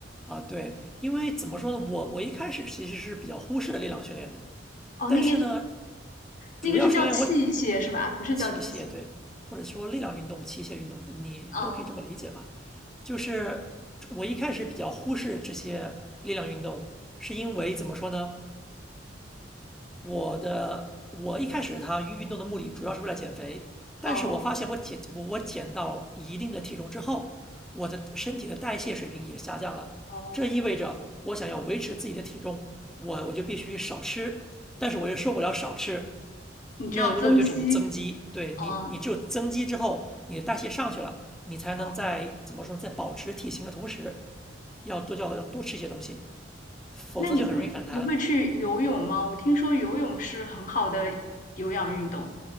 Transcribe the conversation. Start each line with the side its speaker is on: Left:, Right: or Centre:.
Centre: 啊，对，因为怎么说呢，我我一开始其实是比较忽视力量训练的，
Left: 哦，
Centre: 但是呢，
Left: 那个是那个是叫器械是吧？
Centre: 主要是因为我
Left: 不是叫机械。
Centre: 器械，对，或者说力量运动、器械运动，你都可以这么理解吧。
Left: 嗯，
Centre: 就是我一开始比较忽视这些力量运动，是因为怎么说呢？我的我一开始它运动的目的主要是为了减肥，但是我发现我减我我减到一定的体重之后，
Left: 哦
Centre: 我的身体的代谢水平也下降了，
Left: 哦，
Centre: 这意味着我想要维持自己的体重，我我就必须少吃，但是我又受不了少吃，
Left: 你知道增肌，
Centre: 那那我就只能增肌。对你，
Left: 嗯
Centre: 你只有增肌之后，你的代谢上去了，你才能在怎么说，
Left: 哦，
Centre: 在保持体型的同时，要多要要多吃一些东西，否则就很容易反弹。
Left: 那你会你会去游泳吗？我听说游泳是很好的有氧运动。